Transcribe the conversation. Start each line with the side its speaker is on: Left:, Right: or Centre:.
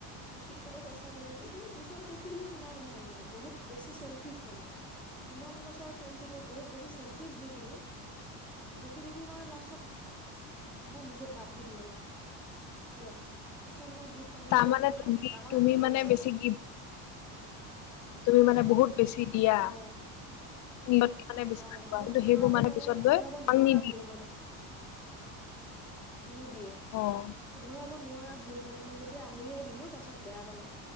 Centre: মই ঠিক কৰিব চেষ্টা কৰোঁ কিন্তু পিছত দেখিলোঁ নাই নাই নাই বহুত বেছি চেলফিছ মানে। ইমান বছৰ ফ্ৰেণ্ডশ্বিপত বহুত বেছি চেল্ফিছ দেখিলোঁ। দেখি দেখি মই লাষ্টত মই নিজে। বাদ দি দিলোঁ মানে পুৰা। কিমান মই দোষ আঙুলিয়াই
Left: তাৰমানে
Centre: দিলোঁ ইমান
Left: তুমি
Centre: ডাঙৰ
Left: তুমি
Centre: ভুল কৰিছে।
Left: মানে বেছি গিফ্ট
Centre: <unintelligible>
Left: তুমি মানে বহুত বেছি দিয়া।
Centre: অঁ
Left: <unintelligible> মানে বিচাৰোৱা
Centre: অঁ মই
Left: কিন্তু
Centre: শুধৰাব
Left: সেইবোৰ মানে পিছত
Centre: শুধৰাব
Left: গৈ
Centre: নোৱাৰা
Left: নিদিয়ে।
Centre: ভুল মানে নিদিয়ে
Left: অ
Centre: শুধৰাব নোৱাৰা ভুল মানে মই যেতিয়া আঙুলিয়াই দিলোঁ তাৰপাছত বেয়া পালে।